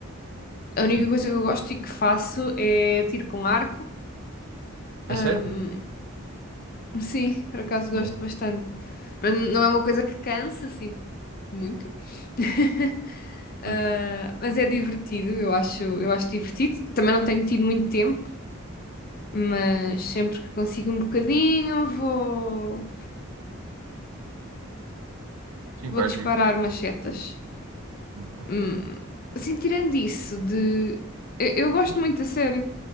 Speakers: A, on the left; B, on the right.
A: a única
B: Sim.
A: coisa que eu gosto e que faço é tiro com arco.
B: A
A: Hum,
B: sério?
A: <laughs> sim, por acaso
B: Bom,
A: gosto bastante. Mas não é uma coisa que cansa assim muito. <laughs>
B: Pois,
A: Ah, mas é divertido, eu acho, eu acho divertido. Também não tenho tido muito tempo, mas sempre que consigo um bocadinho, vou
B: sim,
A: Vou
B: vais
A: disparar
B: ir.
A: umas setas.
B: sim, claro.
A: Hum, Assim, tirando isso de. Eu, eu gosto muito, a sério.